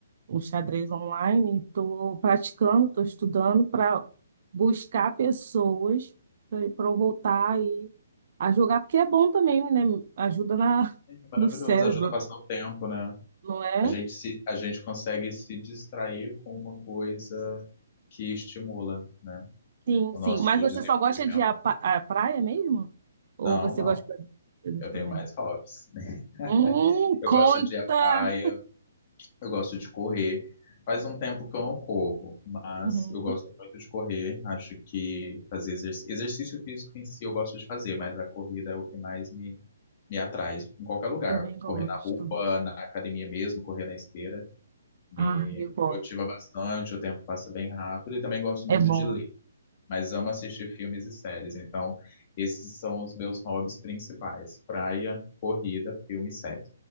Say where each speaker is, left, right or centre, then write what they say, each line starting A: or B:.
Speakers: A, on the right; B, on the left.
A: um xadrez online, estou praticando, estou estudando para buscar pessoas para eu voltar aí a jogar, porque é bom também, né? Ajuda na,
B: É
A: <laughs>
B: maravilhoso,
A: no cérebro,
B: ajuda a passar o tempo, né?
A: não é?
B: A gente se, a gente consegue se distrair com uma coisa que estimula, né,
A: Sim,
B: o
A: sim.
B: nosso
A: Mas você
B: desenvolvimento.
A: só gosta de a, pa- a praia mesmo? Ou
B: Não,
A: você
B: não.
A: gosta de coisas
B: Eu
A: também?
B: tenho mais hobbies. <laughs>
A: Hum,
B: Eu
A: conta!
B: gosto de ir à praia, eu gosto de correr. Faz um tempo que eu não corro, mas
A: Uhum,
B: eu gosto muito de correr. Acho que fazer exercício, exercício físico em si eu gosto de fazer, mas a corrida é o que mais me, me atrai. Em qualquer lugar.
A: também gosto.
B: Correr na rua, na academia mesmo, correr na esteira. Me
A: Ah, eu gosto.
B: motiva bastante, o tempo passa bem rápido e também gosto muito
A: É bom.
B: de ler, mas amo assistir filmes e séries. Então, esses são os meus hobbies principais: praia, corrida, filme e série.